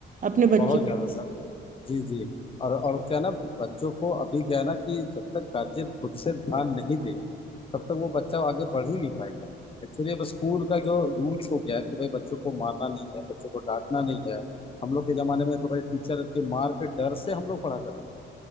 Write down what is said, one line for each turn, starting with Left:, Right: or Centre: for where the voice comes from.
Right: अपने बच्चे
Left: बहुत
Right: के
Left: ज्यादा सर
Right: लिए
Left: जी जी और और क्या ना बच्चों को अभी क्या है ना कि जब तक गार्जियन खुद से ध्यान नहीं दे तब तक वो बच्चा आगे बढ़ ही नहीं पाएगा एक्चुअली अब स्कूल का जो रूल्स हो गया है कि भाई बच्चों को मारना नहीं है बच्चों को डांटना नहीं है हम लोग के जमाने में तो भाई टीचर के मार के डर से हम लोग पढ़ा करते